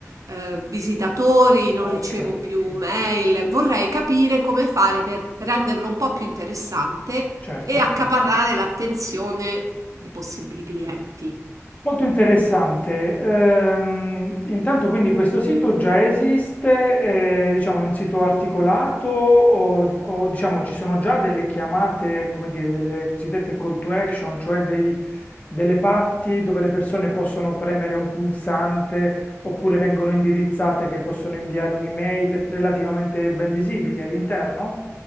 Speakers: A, on the right; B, on the left.
A: eh, visitatori, non
B: ok,
A: ricevo più mail. Vorrei capire come fare per renderlo un po' più interessante
B: certo.
A: e accaparrare l'attenzione di possibili clienti.
B: Molto interessante. Ehm, intanto quindi questo sito già esiste, eh, diciamo è un sito articolato o, o, diciamo ci sono già delle chiamate, come dire, delle cosiddette call to action, cioè dei- delle parti dove le persone possono premere un pulsante oppure vengono indirizzate che possono inviare un'email relativamente ben visibili all'interno?